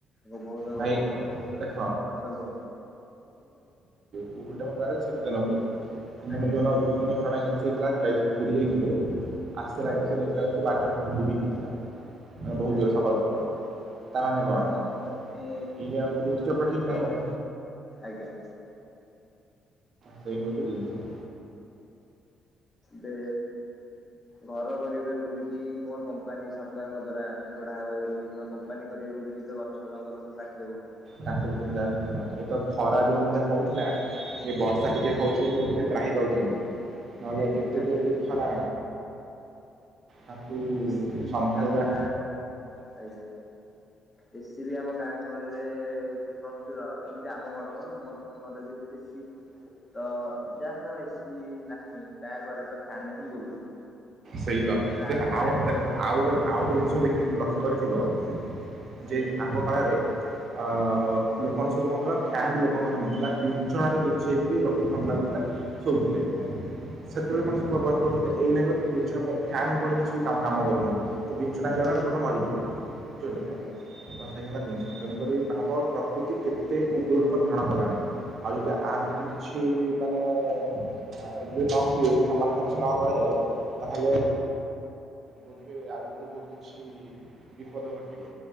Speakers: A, on the left (about 25°); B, on the right (about 55°).
A: ବହୁତ
B: ଭାଇ
A: ଗଛ
B: ଦେଖ
A: ବହୁତ୍ ବା
B: <inaudible> ପ୍ରାୟତଃ ଶୀତଦିନେ ହୁଏ। କିନ୍ତୁ
A: ଆଜ୍ଞା
B: ଆମେ ଯେଉଁନ ରୁକ୍ମଣୀ ହରଣ ଏକାଦଶୀ ହେଇଥିଲା ଯାଇଥିଲୁ ପୁରୀ ଯାଇଥିଲୁ ଆସିଲା
A: ଆଜ୍ଞା
B: ବେଳକୁ ଦେଖିଲା ବାଟରେ କୁହୁଡ଼ି ବି ଦେଖିଲା ମାନେ ବହୁତ
A: ଆଜ୍ଞା
B: ଜୋର ସକାଳୁ ସକାଳୁ ତାମାନେ
A: ଆଜ୍ଞା
B: କଣ?
A: ମାନେ
B: ଇ ଆଉ ଋତୁ ଚପା ଠିକ ନାହିଁ
A: ତ
B: ଆଉ।
A: ଆଜ୍ଞା।
B: ସେଇ ହଉଛି ଜିନିଷ।
A: ଯେ ଘର କରିବେ ବୋଲିକି ନୂଆ କମ୍ପାନୀ ସରକାରଙ୍କ ଦ୍ଵାରା ଗଢା ହେବ ବୋଲି ନୂଆ କମ୍ପାନୀ କରିବେ ବୋଲି କି ତ ଗଛ ଜଙ୍ଗଲ ସବୁ କାଟି ଦଉଛନ୍ତି।
B: ଡାକ୍ତର <unintelligible> ଖରା ଯେଉଁ ଭଳିଆ ହେଉଥିଲା। ବର୍ଷା ଟିକେ ହଉଛି ବୋଲି ଲୋକ ଟିକେ ତ୍ରାହି ପାଉଚନ୍ତି। ନହେଲେ ଏତେ
A: ଆଜ୍ଞା
B: ଯଉଦ ଖରା। ତାକୁ
A: ଏସି ବି
B: ସମ୍ଭାଳିବା।
A: ଆମ ଗାଁ ଗ- ଆଜ୍ଞା ବେଶୀ ବି ଆମ ଗାଁ ଗହଳିରେ ପ୍ରଚୁର ଏମିତି ଆମ ଘର କ ସମସ୍ତଙ୍କ ଘରେ ବି ଏସି ତ ଯାହାର ଏସି ନାହିଁ ତା ଘରେ ତ ଫ୍ୟାନ ହିଁ ବୁଲୁନି।
B: ସେଇତ
A: ଲାଇନ
B: ଦେଖ ଆଉ
A: ବି ପଳଉଛି
B: ଦେଖ ଆଉ ଗୋଟେ ଆଉ ଗୋଟେ ଜିନିଷ ଦେଖିଥିବ ଲକ୍ଷ୍ୟ କରିିଥିବ
A: ଆଜ୍ଞା
B: ଯେ ଆଗ ଫଳରେ ଅ ଲୋକ ମାନେ ସବୁ କଣ କଳ ଫ୍ୟାନ୍ ବି ଲୋକଙ୍କ ଘର ନଥିଲା ବିଞ୍ଚଣାରେ ବିଞ୍ଚିହେଇକିରି ଲୋକଙ୍କୁ ଭଲ ଲାଗୁଥିଲା ଶୋଉଥିଲେ।
A: ହାଏ
B: ସେତେବେଳେ କଣ ସବୁ ଭଗବାନ କରୁଥିଲେ ଏଇନା କଣ ବିଞ୍ଚଣା ପବନ, ଫ୍ୟାନ ପବନ କିଛି କି କାମ କରୁନି ତ ବିଞ୍ଚଣା ହେଲା
A: ଆଜ୍ଞା
B: ନା ଲୋକ ତ ମରିଯିବେ ବୁଝିପାରୁଛ ତ?
A: ଆଜ୍ଞା
B: ତ ସେଇ ହେଲା ଜିନିଷ ତେଣୁକରି ଭାବ ପ୍ରକୃତି କେତେ ଉଗ୍ର ରୂପ ଧାରଣ କଲାଣି। ଆଉ ଯଦି ଆର
A: ଆଜ୍ଞା
B: ଯଦି କିଛି ମାନେ ଇଏ ନ ହୁଏ ସମାଧାନ କିଛି ନ କରାଯାଏ ତାହେଲେ ବୋଧେ ହୁଏ ଆଗକୁ ବହୁତ କିଛି ବିପଦ ଘଟିବ